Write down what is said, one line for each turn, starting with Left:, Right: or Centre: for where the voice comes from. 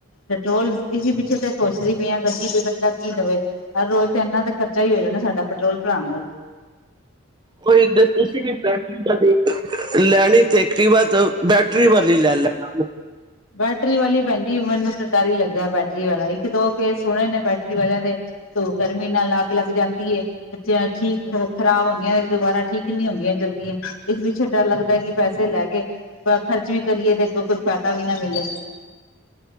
Left: ਪੈਟਰੋਲ ਇਸ ਪੀਛੇ ਪ ਸੋਚਦੀ ਪਈ ਆ ਗੱਡੀ ਵੀ ਬੰਦਾ ਕੀ ਲਵੇ ਹਰ ਰੋਜ਼ ਤੇ ਇਨਾ ਦਾ ਖਰਚਾ ਹੀ ਹੋ ਜਾਣਾ ਸਾਡਾ ਪੈਟਰੋਲ ਭਰਾਉਣ ਦਾ
Right: ਕੋਈ ਤੁਸੀਂ ਵੀ ਬੈਟਰੀ ਵਾਲੀ ਲੈਣੀ ਤੇ ਵ ਬੈਟਰੀ ਵਾਲੀ ਲੈ ਲੈਣਾ
Left: ਬੈਟਰੀ ਵਾਲੀ ਭੈਣ ਜ ਮੈਨੂੰ ਤਾਂ ਡਰ ਹੀ ਲੱਗਦਾ ਬੈਟਰੀ ਵਾਲਾ ਇੱਕ ਦੋ ਕੇਸ ਸੁਣੇ ਨੇ ਬੈਟਰੀ ਵਾਲਿਆਂ ਦੇ ਤ ਗਰਮੀ ਨਾਲ ਅੱਗ ਲੱਗ ਜਾਂਦੀ ਹੈ ਠੀਕ ਖਰਾਬ ਹੁੰਦੀਆਂ ਨੇ ਦੁਬਾਰਾ ਠੀਕ ਨੀ ਹੁੰਦੀਆਂ ਜਲਦੀਆਂ ਇਸ ਪਿੱਛੇ ਡਰ ਲੱਗਦਾ ਕਿ ਪੈਸੇ ਲੈ ਕੇ ਖਰਚ ਵੀ ਕਰੀਏ ਤੇ ਅੱਗੋਂ ਕੁਛ ਕਵਨਾਂ ਮਲੇ